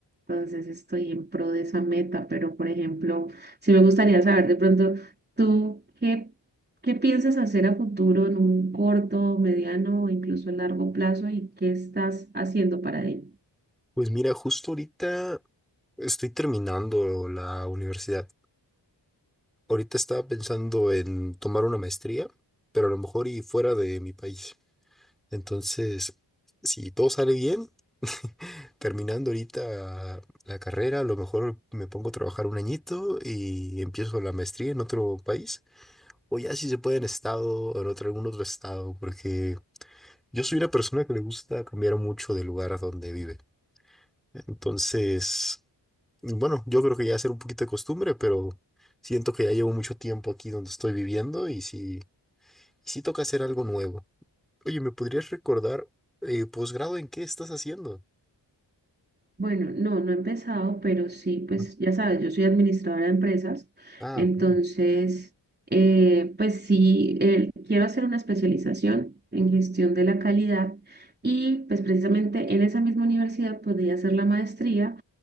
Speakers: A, on the right; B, in the centre.
A: Entonces estoy en pro de esa meta, pero por ejemplo, sí me gustaría saber de pronto, ¿tú qué, qué piensas hacer a futuro en un corto, mediano o incluso largo plazo y qué estás haciendo para ello?
B: Pues mira, justo ahorita estoy terminando la universidad. Ahorita estaba pensando en tomar una maestría, pero a lo mejor y fuera de mi país. Entonces, si todo sale bien, <laughs> terminando ahorita la carrera, a lo mejor me pongo a trabajar un añito y empiezo la maestría en otro país. O ya si se puede en estado o en otro, algún otro estado, porque yo soy una persona que le gusta cambiar mucho del lugar donde vive. Entonces, bueno, yo creo que ya será un poquito de costumbre, pero siento que ya llevo mucho tiempo aquí donde estoy viviendo y sí, y sí toca hacer algo nuevo. Oye, ¿me podrías recordar eh, posgrado en qué estás haciendo?
A: Bueno, no, no he empezado, pero sí, pues
B: Ujú.
A: ya sabes, yo soy administradora de empresas,
B: Ah,
A: entonces,
B: ok.
A: eh, pues sí, eh, quiero hacer una especialización en gestión de la calidad y pues precisamente en esa misma universidad podría hacer la maestría